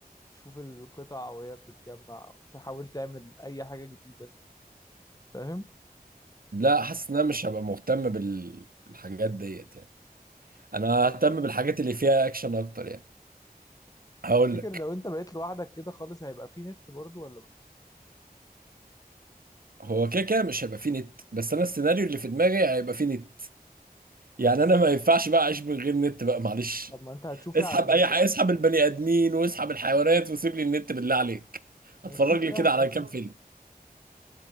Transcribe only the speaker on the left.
تشوف القطع وهي بتتجمع تحاول تعمل اي حاجة جديدة فاهم
هتفتكر
لو انت بقيت لوحدك كده خالص هيبقى في نت برضو ولا مفيش
طب ما انت هتشوف
ايه على النت
هتشوف
ايه
على
النت